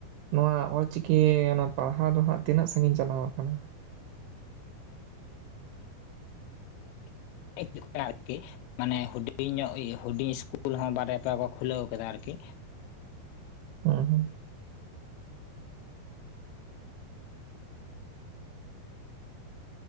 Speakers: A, on the right; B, on the left.
A: ᱱᱚᱣᱟ ᱚᱞᱪᱤᱠᱤ ᱚᱱᱟ ᱯᱟᱲᱦᱟᱣ ᱫᱚ ᱦᱟᱸᱜ ᱛᱤᱱᱟᱹᱜ ᱥᱟᱺᱜᱤᱧ ᱪᱟᱞᱟᱣ ᱟᱠᱟᱱᱟ?
B: <inaudible> ᱟᱨᱠᱤ, ᱢᱟᱱᱮ ᱦᱩᱰᱤᱧ ᱧᱚᱜ ᱦᱩᱰᱤᱧ ᱤᱥᱠᱩᱞ ᱦᱚᱸ ᱵᱟᱨᱭᱟ ᱯᱮᱭᱟ ᱠᱚ ᱠᱷᱩᱞᱟᱹᱣ ᱠᱟᱫᱟ ᱟᱨᱠᱤ,
A: ᱦᱩᱸ ᱦᱩᱸ,